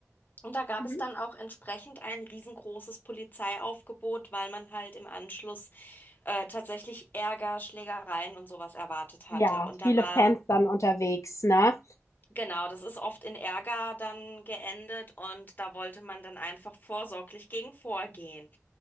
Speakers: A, on the left (about 40°); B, on the left (about 80°).
A: Und da gab
B: Mhm.
A: es dann auch entsprechend ein riesengroßes Polizeiaufgebot, weil man halt im Anschluss äh, tatsächlich Ärger, Schlägereien und sowas erwartet hatte.
B: Ja,
A: Und
B: viele
A: da war,
B: Fans dann unterwegs, ne?
A: genau, das ist oft in Ärger dann geendet und da wollte man dann einfach vorsorglich gegen vorgehen.